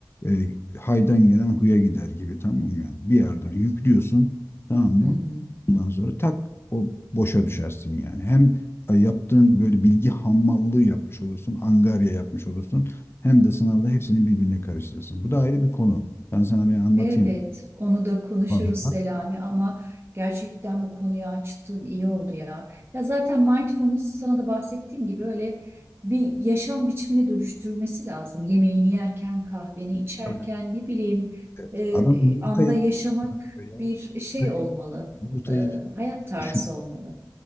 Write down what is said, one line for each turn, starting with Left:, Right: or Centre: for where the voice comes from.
Left: e, haydan gelen huya gider gibi tamam mı yani? Bir yerden yüklüyorsun tamam mı?
Right: hı hı.
Left: Ondan sonra tak o boşa düşersin yani. Hem e, yaptığın böyle bilgi hamallığı yapmış olursun, angarya yapmış olursun. Hem de sınavda hepsini birbirine karıştırırsın. Bu da ayrı bir konu. Ben sana bir anlatayım.
Right: Evet, onu da konuşuruz
Left: Vallahi.
Right: Selami ama gerçekten bu konuyu açtın iyi oldu ya. Ya zaten mindfulness sana da bahsettiğim gibi öyle bir yaşam biçimine dönüştürülmesi lazım. Yemeğini yerken, kahveni içerken
Left: Tabii tabii.
Right: ne bileyim
Left: Evet.
Right: e,
Left: Adam yumurta
Right: anda
Left: ye-
Right: yaşamak
Left: ya yumurta,
Right: bir şey olmalı.
Left: yumurta
Right: E,
Left: yemenin
Right: hayat tarzı
Left: şük-
Right: olmalı.